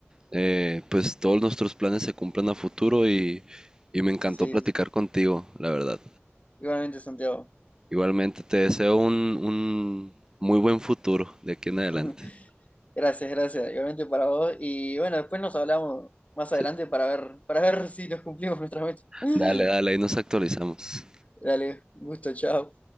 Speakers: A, on the right (about 15°); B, on the left (about 30°).
A: eh, pues todos nuestros planes se cumplan a futuro y, y me encantó
B: sí,
A: platicar
B: sí, sí.
A: contigo, la verdad.
B: igualmente Santiago.
A: Igualmente, te deseo un, un muy buen futuro de aquí en adelante.
B: <laughs> Gracias, gracias. Igualmente para vos. Y bueno, después nos hablamos más adelante
A: Sí.
B: para ver, para ver <laughs> si nos cumplimos nuestra meta. <laughs>
A: Dale, dale, ahí nos actualizamos.
B: Dale, un gusto, chao.